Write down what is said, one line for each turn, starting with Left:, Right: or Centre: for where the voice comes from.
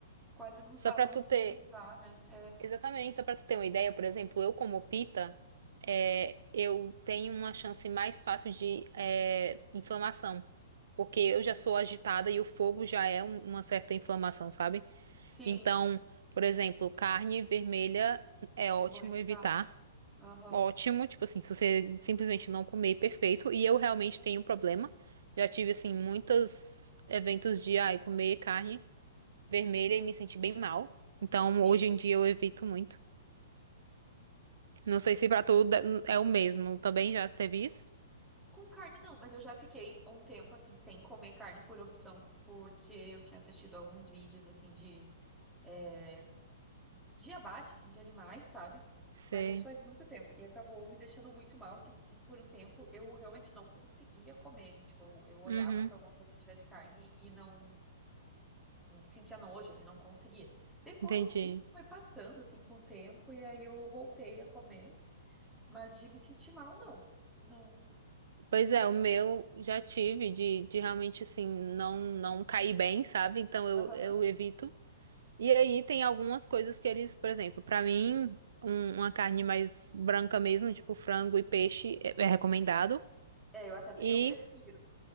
Centre: quase não
Right: Só
Centre: fala
Right: pra
Centre: no
Right: tu
Centre: que
Right: ter,
Centre: evitar, né? É,
Right: exatamente, só pra tu ter uma ideia, por exemplo, eu como pita, é, eu tenho uma chance mais fácil de é, inflamação, porque eu já sou agitada e o fogo já é um- uma certa inflamação, sabe?
Centre: sim,
Right: Então, por exemplo, carne vermelha é ótimo
Centre: é bom evitar.
Right: evitar.
Centre: Aham,
Right: Ótimo, tipo assim, se você simplesmente não comer, perfeito. E eu realmente tenho um problema. Já tive, assim, muitos eventos de, ai, comer carne vermelha e me senti bem mal. Então,
Centre: sim.
Right: hoje em dia eu evito muito. Não sei se pra tu da- é o mesmo. Também já teve isso?
Centre: Com carne não, mas eu já fiquei um tempo assim sem comer carne por opção, porque eu tinha assistido alguns vídeos assim de é, de abate assim de animais, sabe?
Right: Sei.
Centre: Mas isso faz muito tempo e acabou me deixando muito mal, assim, então, por um tempo eu realmente não conseguia comer, tipo, eu eu olhava
Right: Uhum,
Centre: para alguma coisa que tivesse carne e não Hum. sentia nojo, assim, não conseguia. Depois
Right: entendi.
Centre: hum, foi passando, assim, com o tempo, e aí eu voltei a comer, mas de me sentir mal, não. Não, não
Right: Pois
Centre: tem.
Right: é, o meu já tive de, de realmente, assim, não, não cair bem, sabe? Então, eu,
Centre: Aham.
Right: eu evito. E aí tem algumas coisas que eles, por exemplo, pra mim, um- uma carne mais branca mesmo, tipo frango e peixe, é, é recomendado.
Centre: É, eu até, pre-
Right: E
Centre: eu prefiro.